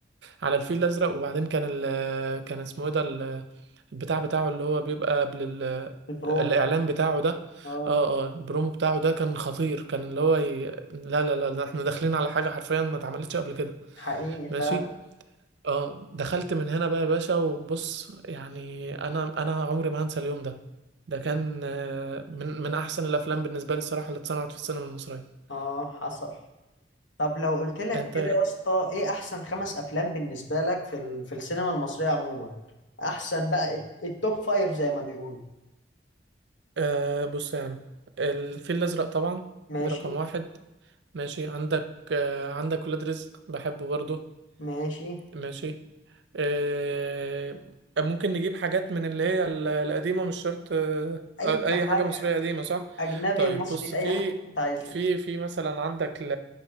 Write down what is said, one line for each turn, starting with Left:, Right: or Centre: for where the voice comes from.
Right: على الفيل الازرق وبعدين كان ال... كان اسمه ايه ده ال- البتاع بتاعه اللي هو بيبقى قبل ال...
Left: البرومو
Right: الاعلان بتاعه ده
Left: اه
Right: اه اه البرومو بتاعه ده كان خطير كان اللي هو ي... لا لا لا ده احنا داخلين على حاجه حرفيا ما اتعملتش قبل كده
Left: حقيقي
Right: ماشي
Left: فعلا
Right: اه دخلت من هنا بقى يا باشا وبص يعني انا انا عمري ما هنسى اليوم ده ده كان آه، من من احسن الافلام بالنسبه لي الصراحه اللي اتصنعت في السينما المصريه
Left: اه حصل طب لو قلت لك
Right: انت
Left: كده
Right: إيه رأيك؟
Left: يا اسطى ايه احسن خمس افلام بالنسبه لك في ال... في السينما المصريه عموما احسن بقى الت- التوب فايف زي ما بيقولوا
Right: آه بص يا عم الفيل الازرق طبعا
Left: ماشي
Right: ده رقم واحد ماشي عندك آه عندك ولاد رزق بحبه برضه
Left: ماشي
Right: ماشي آه، ممكن نجيب حاجات من اللي هي ال- القديمة مش شرط آه،
Left: اي
Right: آه، أي
Left: حاجه
Right: حاجة مصرية قديمة صح؟
Left: اجنبي
Right: طيب
Left: مصري
Right: بص في
Left: اي حاجه انت عايزه
Right: في في مثلا عندك ل...